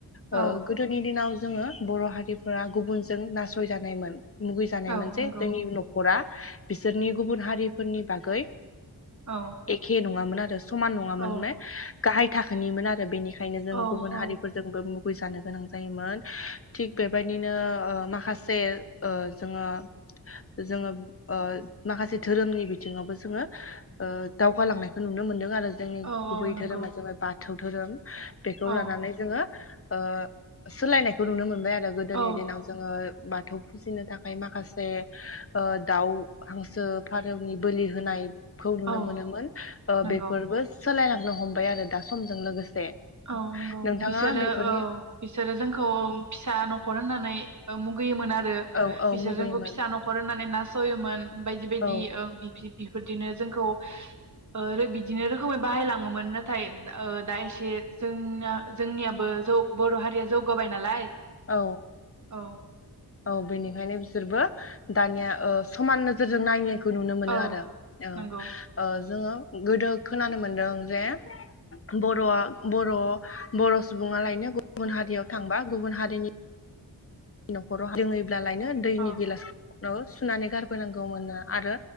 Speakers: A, on the right; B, on the left.
A: औ
B: ओ गोदोनि दिनाव। जोङो बर' हारिफोरा गुबुनजों नासयजानायमोन मुगैजानायमोन
A: औ नंगौ
B: जे जोंनि न'खरा बिसोरनि गुबुन हारि फोरनि बागै।
A: औ
B: एखे नङामोन आरो समान नङामोन
A: औ
B: मा गाहाय। थाखोनिमोन आरो बेनिखाय। खायनो जोङो
A: औ
B: गुबुन
A: औ
B: हारिफोरजोंबो मु। गुय गोनां जायोमोन थिग बेबायदिनो ओ माखासे ओ जोङो जोङो ओ माखासे धोरोमनि। बिथिङावबो जोङो ओ दावगालांनायखौ नुनो मोनदों आरो। जोंनि
A: औ
B: गुबै
A: औ नंगौ
B: धोरोमा जाबाय बाथौ। बाथौ धोरोम बेखौ
A: औ
B: लानानै जोङो ओ सोलायनायखौ नुनो मोनबाय आरो आरो गोदोनि
A: औ
B: दिनाव जोङो बाथौ फुजिनो थाखाय माखासे ओ दाउ हांसो फा रौनि बोलि होनाय खौ नुनो
A: औ
B: मोनोमोन ओ
A: नंगौ
B: बेफोरबो सोलायलांनो हमबाय आरो दा समजों लोगोसे
A: औ नंगौ
B: नोंथाङा
A: बिसोरो
B: बेफोरनि
A: औ बिसोरो जोंखौ फिसा न'खर होनना नै बा मुगैमोन आ रो
B: औ औ
A: बिसोरजोंबो
B: मुगैयोमोन
A: फिसा न'खर होननानै ना सयोन बायदि बायदि
B: औ
A: ओं बिदि बेफोरदिनो जोंखौ ओ बिदिनो रोखोमै बाहाय लाङोमोन ना थाय दा एसे जोंना जोंनियाबो जौ बर' हारिया जौगाबाय नालाय
B: औ
A: औ
B: औ बेनिखायनो बिसोरबो दानिया ओ, समान नोजोरजों नाय खौ नुनो मोनो
A: औ
B: आरो औ
A: नंगौ
B: ओ जोङो गोदो खोनानो मोनदों जे बर'आ बर' बर' सुबुङालायनो गुबुन हारियाव थांबा गुबुन हा रिनि न'खराव <inaudible> ब्ला लायनो दैनि
A: औ
B: गिलास खौ सुनानै गारबोनांगौ मोननो आरो